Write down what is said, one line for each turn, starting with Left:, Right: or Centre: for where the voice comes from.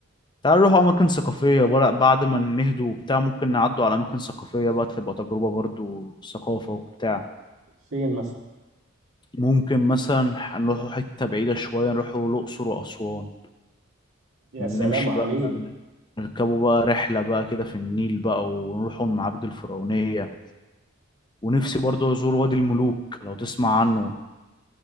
Left: تعالوا نروح اماكن ثقافيه بقى- بعد ما نهدوا وبتاع ممكن نعدوا على اماكن ثقافيه بقى تبقى تجربه برضو ثقافه وبتاع
Right: فين مثلا
Left: ممكن مثلا نروحوا حته بعيده شويه نروحوا الاقصر واسوان
Right: يا سلام
Left: نمشي
Right: عليك
Left: بقى نركبوا بقى رحلة بقى كده في النيل بقى ونروحوا المعابد الفرعونية ونفسي برضو أزور وادي الملوك لو تسمع عنه